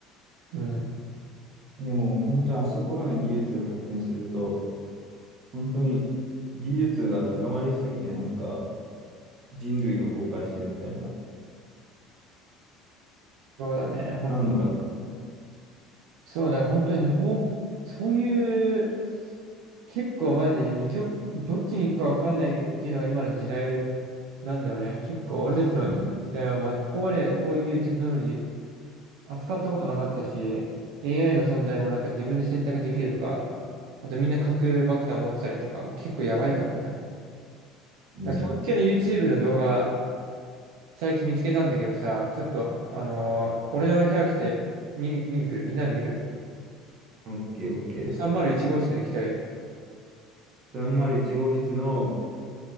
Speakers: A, on the right (about 80°); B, on the right (about 50°).
A: うん。
B: でも本当にあそこまで技術が発展すると、本当に技術が高まりすぎて、なんか人類が崩壊するみたいな、
A: そうだね。本
B: あんのかな。
A: そう、だから本当にほう、そういう、結構マジ、二極、どっちに行くか分かんないっていうのは今の時代なんだよね。結構俺たちのじ時代は、
B: うん。
A: まあ、ここまでこういうテクノロジー扱ったことなかったし、AI の存在もなんか自分で選択できるとか、あとみんな核爆弾を持ってたりとか、もう結構やばいからね。
B: うん。
A: だからそういう系の YouTube の動画、最近見つけたんだけどさ、ちょっと、あのー俺の部屋来て見に、見に来るみんなで見る
B: オッケーオッケー。
A: ?301 号室に来たよ
B: 301号室の